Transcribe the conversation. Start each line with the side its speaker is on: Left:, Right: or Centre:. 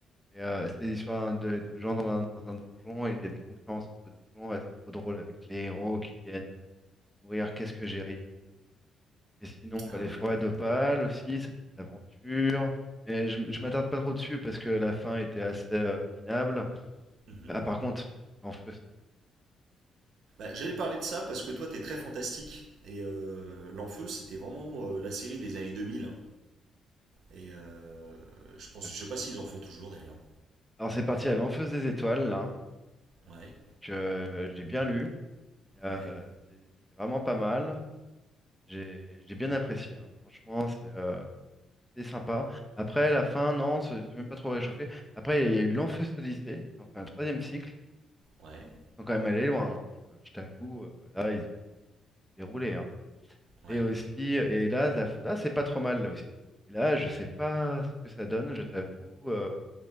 Centre: Et euh, c'est l'histoire de, de gens dans un, dans un donjon et il y a des concurrences entre donjons. et c'est trop drôle avec les héros qui viennent euh, mourir. Qu'est-ce que j'ai ri. Et sinon,
Right: Ah
Centre: bah, les
Right: ouais,
Centre: forêts
Right: ouais.
Centre: d'Opale aussi, ça c'est de l'aventure. Mais je, je m'attarde pas trop dessus parce que la fin était assez euh, minable.
Right: Mhm.
Centre: Euh, Ah, par contre, l'Enfeust.
Right: Bah, j'allais parler de ça parce que toi, t'es très fantastique. Et euh, L'Enfeu, c'était vraiment euh, la série des années 2000. Et euh, je pense,
Centre: Ah, c'est
Right: je sais pas
Centre: ça.
Right: s'ils en font toujours d'ailleurs.
Centre: Alors c'est parti à l'Enfeust des étoiles là,
Right: Ouais,
Centre: que euh, j'ai bien lu. Euh,
Right: ouais,
Centre: c'est c'est vraiment pas mal. J'ai j'ai bien apprécié, hein. Franchement, c'est euh, c'était sympa. Après, la fin, non, c'est c'est même pas trop réchauffé. Après, il y a il y a eu l'Enfeust Odyssée, ils ont fait un troisième cycle,
Right: ouais,
Centre: ils sont quand même allés loin, hein. Je, je t'avoue, euh, là, ils ont, ils ont déroulé, hein.
Right: ouais.
Centre: Et aussi, et là, la- là, c'est pas trop mal, là aussi. Et là, je sais pas ce que ça donne, je t'avoue, euh,